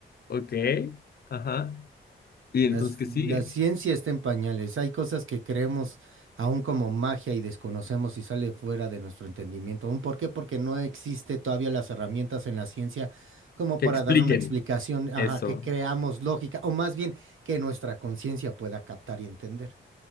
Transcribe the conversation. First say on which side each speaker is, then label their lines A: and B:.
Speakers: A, on the left; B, on the right.
A: ok, ajá. Y
B: La,
A: entonces,
B: ci-
A: ¿qué sigue?
B: la ciencia está en pañales. Hay cosas que creemos aún como magia y desconocemos y sale fuera de nuestro entendimiento. ¿Aún por qué? Porque no existe todavía las herramientas en la ciencia como
A: que
B: para
A: expliquen
B: darle una explicación, ajá,
A: eso,
B: que creamos lógica o más bien que nuestra conciencia pueda captar y entender.